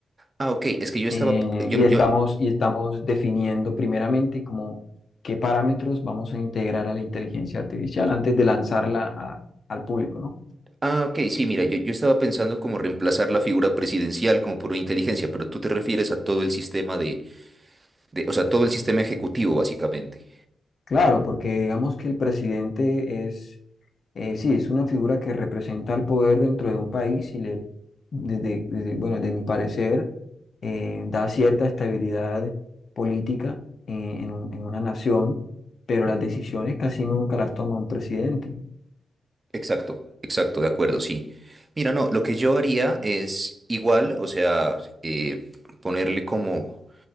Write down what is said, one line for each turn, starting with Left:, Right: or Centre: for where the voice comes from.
Right: Ah, ok, es que yo estaba,
Left: Eh,
Right: yo,
Left: y estamos,
Right: yo,
Left: y estamos definiendo primeramente como qué parámetros vamos a integrar a la inteligencia artificial antes de lanzarla a- al público, ¿no?
Right: ah, ok, sí, mira, yo, yo estaba pensando como reemplazar la figura presidencial como por una inteligencia, pero tú te refieres a todo el sistema de, de, o sea, todo el sistema ejecutivo, básicamente.
Left: Claro, porque digamos que el presidente es, eh, sí, es una figura que representa el poder dentro de un país y le, desde, desde- bueno, de mi parecer, eh, da cierta estabilidad política eh, en, un- en una nación, pero las decisiones casi nunca las toma un presidente.
Right: Exacto, exacto, de acuerdo, sí. Mira, no, lo que yo haría es igual, o sea, eh, ponerle como...